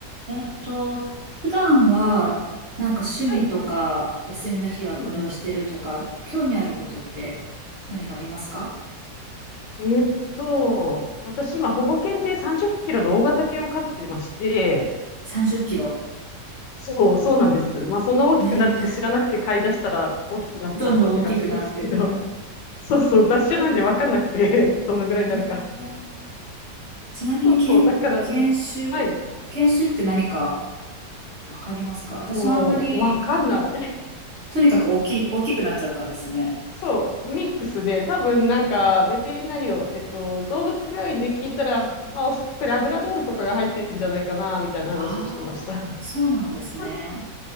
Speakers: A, on the right; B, on the left.
A: えっと、普段は、なんか趣味とか、
B: はい。
A: 休みの日はこれをしてるとか、
B: うん
A: 興味あることって何かありますか
B: うん。えーっと、私今保護犬で30キロの大型犬を飼ってまして、
A: ?30 キロ。
B: そう、そうなんです。まあそんな大きくなるって知らなくて飼い出したら大きくなっちゃったって感じですけど、
A: えー、どんどん大きくなってった。
B: <laughs> そうそう、雑種なんでわかんなくて、<laughs> どのぐらいになるか。
A: えーちなみにけん、
B: そうそう、だからね、
A: 研修、
B: はい、
A: 研修って何かわかりますか私もあんまり、
B: もうわかんない。
A: とにかく大きい、大きくなっちゃったんですね。
B: そう、ミックスで、多分なんか、ベテリナリオ、えっと、動物病院で聞いたら、まあ、おそらくラブラドールとかが入ってるんじゃないかな、みたいな話をしてました。
A: ああ、そうなんですね。
B: <laughs>